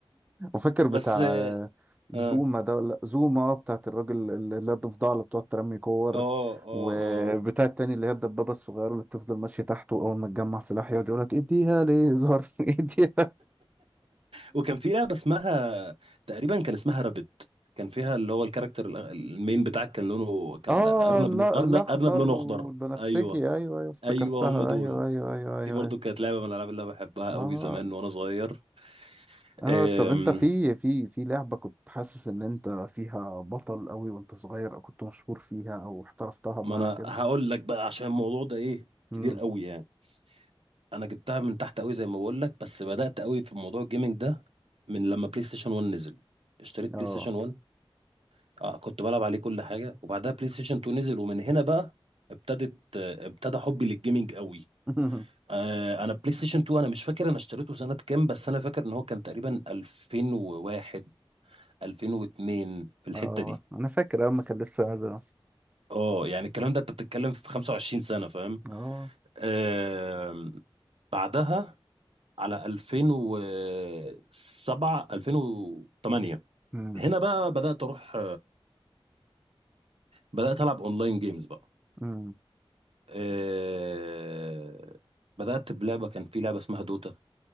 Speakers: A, on the right; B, on the right.
A: وفاكر بتاع
B: بس اه
A: آه، زوما
B: اه
A: ده ولا زوما آه، بتاعت الراجل اللي اللي هي الضفدعة اللي بتقعد ترمي كور
B: اه آه.
A: وبتاع
B: آه.
A: التاني اللي هي الدبابة الصغيرة اللي بتفضل ماشية تحته أول ما تجمع سلاح يقعد يقولك اديها ليزر <laughs> اديها
B: وكان في لعبة اسمها تقريبا كان اسمها رابت كان فيها اللي هو الكاركتر ال- المين بتاعك كان لونه كان
A: اه
B: أرنب
A: لا
B: أرنب
A: الأخضر
B: أرنب لونه
A: والبنفسجي
B: أخضر أيوه
A: أيوه أيوه افتكرتها
B: أيوه هم دول
A: أيوه أيوه أيوه أيوه,
B: دي برضو
A: أيوه.
B: كانت لعبة من الألعاب اللي أنا بحبها
A: اه
B: قوي زمان وأنا صغير
A: اه
B: أم...
A: طب انت في في في لعبة كنت حاسس ان انت فيها بطل قوي وانت صغير او كنت مشهور فيها او احترفتها بمعنى
B: ما أنا
A: كده
B: هقول لك بقى عشان الموضوع ده إيه
A: امم
B: كبير قوي يعني أنا جبتها من تحت قوي زي ما بقول لك بس بدأت قوي في موضوع الجيمنج ده من لما بلاي ستيشن 1 نزل اشتريت بلاي
A: اه
B: ستيشن 1 اه كنت بلعب عليه كل حاجه وبعدها بلاي ستيشن 2 نزل ومن هنا بقى ابتدت آه، ابتدى حبي للجيمنج قوي
A: <laughs>
B: آه، انا بلاي ستيشن 2 انا مش فاكر انا اشتريته سنه كام بس انا فاكر ان هو كان تقريبا 2001 2002 في الحته
A: اه
B: دي
A: انا فاكر اول ما كان لسه نازل
B: اه يعني الكلام ده انت بتتكلم في 25 سنه فاهم
A: اه
B: آم، بعدها على 2007 2008
A: امم
B: هنا بقى بدات اروح بدات العب اونلاين جيمز بقى
A: امم
B: آه، بدأت بلعبة كان في لعبة اسمها دوتا